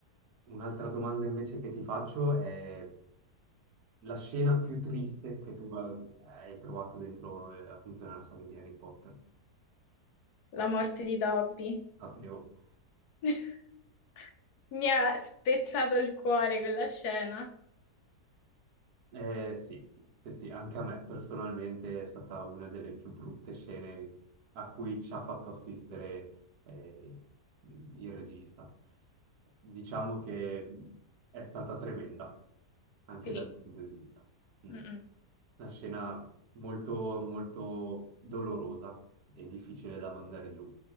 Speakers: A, on the right; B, on the left.
A: un'altra domanda invece che ti faccio è La scena più triste che tu hai hai trovato dentro, eh, appunto, nella saga di Harry Potter.
B: la morte di Dobby.
A: Sapevo.
B: <laughs> Mi ha spezzato il cuore quella scena.
A: Eh, sì, sì, sì, anche a me personalmente è stata una delle più brutte scene a cui ci ha fatto assistere, eh, il regista. Diciamo che è stata tremenda, anche
B: Sì.
A: dal mio punto di vista. Mm.
B: Mm-mm.
A: Una scena molto, molto dolorosa e difficile da mandare giù.